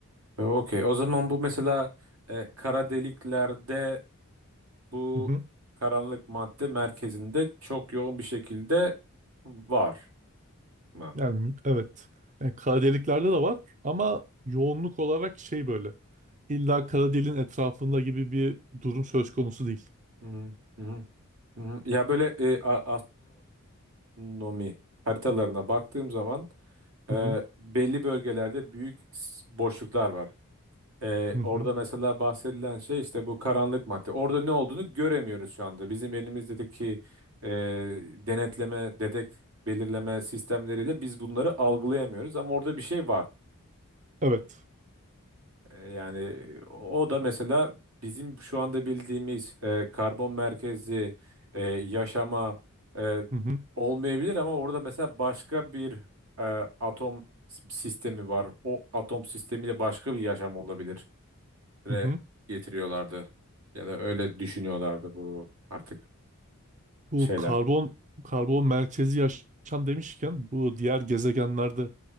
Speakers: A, on the right (about 75°); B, on the right (about 35°).
A: E, Okey. O zaman bu mesela e, kara deliklerde bu
B: Hı hı.
A: karanlık madde merkezinde çok yoğun bir şekilde var mı?
B: Yani evet. Yani kara deliklerde de var ama yoğunluk olarak şey böyle. İlla kara deliğin etrafında gibi bir durum söz konusu değil.
A: Hı hı, hı hı. Hı hı. Ya böyle e, a- astronomi haritalarına baktığım zaman e,
B: Hı hı.
A: belli bölgelerde büyük s- boşluklar var. Ee,
B: Hı
A: orada
B: hı.
A: mesela bahsedilen şey işte bu karanlık madde. Orada ne olduğunu göremiyoruz şu anda. Bizim elimizdeki e, denetleme, dedek, belirleme sistemleriyle biz bunları algılayamıyoruz. Ama orada bir şey var.
B: Evet.
A: E, yani o da mesela bizim şu anda bildiğimiz e, karbon merkezli e, yaşama e,
B: Hı hı.
A: olmayabilir ama orada mesela başka bir e, atom s- sistemi var. O atom sistemiyle başka bir yaşam olabilir re
B: Hı hı.
A: getiriyorlardı. Ya da öyle düşünüyorlardı bu artık
B: Bu
A: şeyler.
B: karbon karbon merkezi yaşam demişken bu diğer gezegenlerde